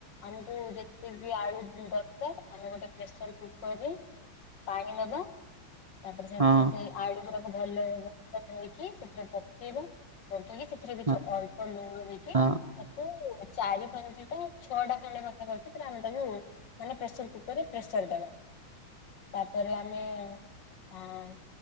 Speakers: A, on the left; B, on the right.
A: ଆମକୁ ଯେତେବି ଆଳୁ ଦରକାର ଆମେ ଗୋଟେ ପ୍ରେସର କୁକରରେ ପାଣି ନେବା ତାପରେ ସେଥିରେ
B: ହଁ
A: ସେଇ ଆଳୁ ଗୁଡ଼ାକ ଭଲ ଭାବେ ଧୋଇକି ସେଥିରେ ପ କେଇବା ପକେଇକି ସେଥିରେ କିଛି
B: ହଁ
A: ଅଳ୍ପ ଲୁଣ ଦେଇକି
B: ହଁ
A: ତାକୁ ଚାରି ପାଞ୍ଚଟା ଛଅଟା ଖଣ୍ଡେ ପାଖ ପାଖି ପୁରା ଆମେ ତାକୁ ମାନେ ପ୍ରେସର କୁକର ରେ ପ୍ରେସର ଦବା। ତାପରେ ଆମେ ଅଁ